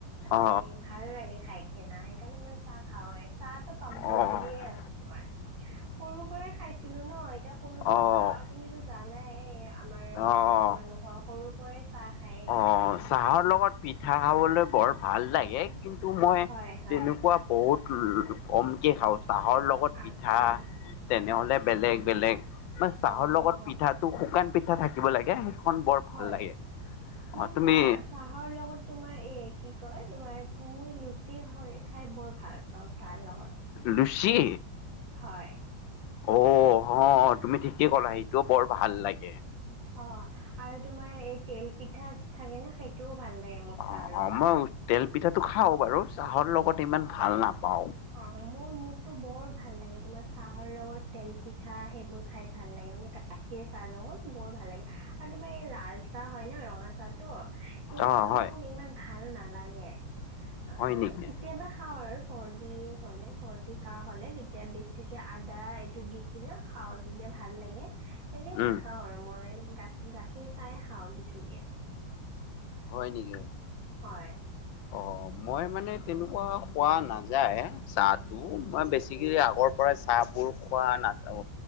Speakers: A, on the left; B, on the right.
A: অ অ
B: সেই ভাল লাগে খাই কিনা সেইকাৰণে মই চাহ খাওঁৱেই চাহটো কম্পালচাৰিয়ে
A: অ
B: আছে তোমাৰ। সৰু পৰাই খাইছিলো ন! অ এতিয়া সৰু পৰা
A: অ
B: খা তুমিতো জানাই আমাৰ
A: অ
B: অসমীয়া
A: অ
B: মানুহৰ সৰু পৰাই চাহ খায়ে।
A: অ', চাহৰ লগত পিঠা খাবলৈ বৰ ভাল লাগে কিন্তু মই
B: হয় হয়
A: তেনেকুৱা বহুত কমকে খাওঁ চাহৰ লগত
B: আচ্ছা
A: পিঠা তেনেহলে বেলেগ বেলেগ। না চাহৰ
B: অঁ
A: লগত
B: অঁ
A: পিঠাটো শুকান পিঠা থাকিব লাগে সেইখন বৰ
B: হয়
A: ভাল লাগে। অ',
B: মোক
A: তুমি
B: চাহ চাহৰ লগত তোমাৰ এ কি কয়? তোমাৰ পুই লুচি হয় খাই বৰ ভাল পাওঁ। চাহৰ লগত
A: লুচি?
B: হয়।
A: অ, হ, তুমি ঠিকে কলা সেইটোও বৰ ভাল লাগে।
B: অ, আৰু তোমাৰ এই তেল পিঠা থাকে ন, সেইটোও ভাল লাগে মোক
A: অ',
B: চাহৰ লগত।
A: মই তেল পিঠাটো খাওঁ বাৰু, চাহৰ লগত ইমান ভাল নাপাওঁ।
B: অ মোৰ মোকতো বৰ ভাল লাগে তোমাৰ চাহৰ লগত তেল পিঠা, সেইবোৰ খাই ভাল লাগে মানে গাখীৰ চাহৰ লগত বৰ ভাল লাগে। আৰু তোমাৰ এই লাল চাহ হয় ন, ৰঙা চাহটো সেইটো
A: অ', হয়,
B: মোক ইমান ভাল নালাগে। অ
A: হয় নেকি
B: মানে কেতিয়াবা খাওঁ আৰু চৰ্দি হ'লে চৰ্দি কাহ হ'লে তেতিয়া বেছিকে আদা এইটো দি কিনে খাওঁ, তেতিয়া ভাল লাগে। এনেই
A: উম,
B: নাখাওঁ আৰু মই। গা গাখীৰ চায়ে খাওঁ বেছিকে।
A: হয় নেকি?
B: হয়
A: অ', মই মানে তেনেকুৱা খোৱা নাযায় চাহ টো। মই বেছি আগৰ পৰাই চাহবোৰ খোৱা নাটক